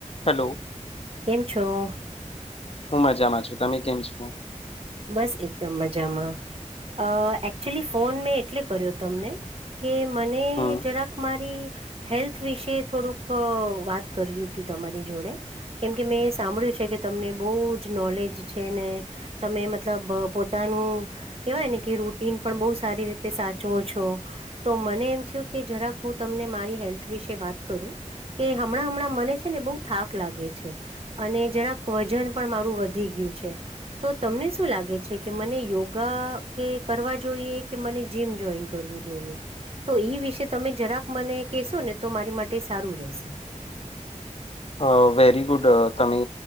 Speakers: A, on the left; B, on the right.
A: હલ્લો.
B: એમ છો?
A: હું મજામાં છું તમે કેમ છો?
B: બસ એકદમ મજામાં અ એકચુલી ફોન મેં એટલે કર્યો તમને કે મને
A: હમ
B: જરાક મારી હેલ્થ વિશે થોડુંક વાત કરવી હતી તમારી જોડે કેમ કે મેં સાંભળ્યું છે કે તમને બહુ જ નોલેજ છે ને તમે મતલબ પોતાનું કેવાય ને કે રૂટીન પણ બહુ સારી રીતે સાચવો છો. તો મને એમ થયું કે જરાક હું તમને મારી હેલ્થ વિશે વાત કરું. કે હમણાં હમણાં મને છે ને બહુ થાક લાગે છે. અને જરાક વજન પણ મારું વધી ગયું છે. તો તમને શું લાગે છે કે મને યોગા કે કરવા જોઈએ કે મને જીમ જોઈન કરવું જોઈએ તો ઈ વિશે તમે જરાક મને કહેશો ને તો મારી માટે સારું રહેશે.
A: અ વેરી ગુડ તમે